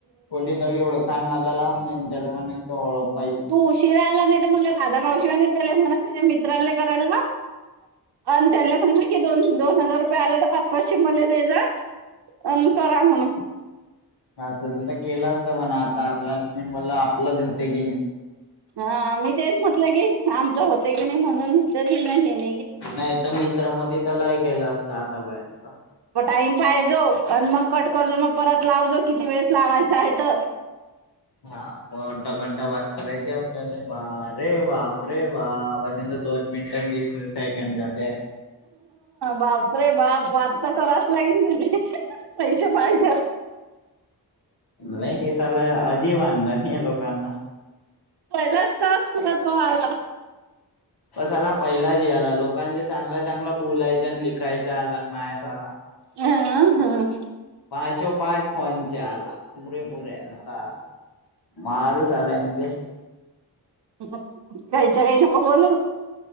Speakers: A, on the left; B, on the right.
A: कोली दवी एवढं खाण आलाला <unintelligible>
B: तू उशीरा आला नाही तर म्हणलं राधा मावशी आणि त्याला म्हणा होते मी <unintelligible> करायले अन त्याणल म्हणा की दोन दोन हजार रुपये आले तर पाच पाचशे मला दे जा अनं करा म्हणून
A: हा तज त केलं असत पण आता आपल्या मी बोललं आप तुला झोते की नाय?
B: हा मी तेच म्हटलं की आमचं होते की नाही म्हणून दिल ह्येनी
A: नाही तर मी तर मधी त लय केलं असत आतापर्यंत
B: टाईम पाहिजो आणि मग कट करजो, मग परत लावजो किती वेळेस लावायचं आहे तो
A: हा पण अर्धा घंटा बाात करायचे आप लेले वा रे बापरे वा वाज दे दोन मिनिटं वीस सेकंड झाले
B: बाप रे बाप वार्ता करावंसं लागेन तुली पैसे पायजेत.
A: नाही हे सालं अजीब आणबण हे लोकांना
B: पहिला असतास तुला तो आला
A: पण साला <inaudible> लोकांचे चांगला चांगला बोलायचं आणि लिखायचं आला अन माय साला
B: ह हा
A: पाचो पाच फोनचा आला. <unintelligible>
B: <unintelligible> काय काही काय नको बोलू